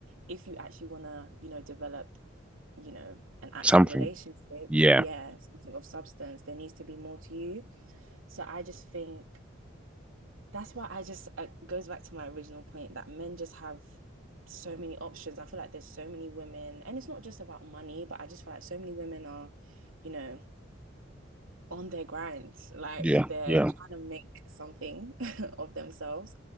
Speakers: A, on the right; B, in the centre.
A: if you actually want to, you know, develop, you know, an actual
B: something.
A: relationship,
B: Yeah,
A: yeah, something of substance, there needs to be more to you. So I just think that's why I just it goes back to my original point that men just have so many options. I feel like there's so many women, and it's not just about money, but I just feel like so many women are, you know, on their grind, like
B: yeah,
A: they're
B: yeah,
A: trying
B: of
A: to make something <laughs> of themselves